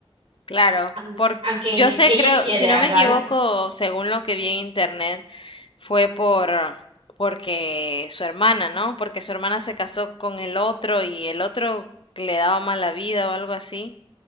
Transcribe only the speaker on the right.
aun-
aunque
ella
quiere
a
Guy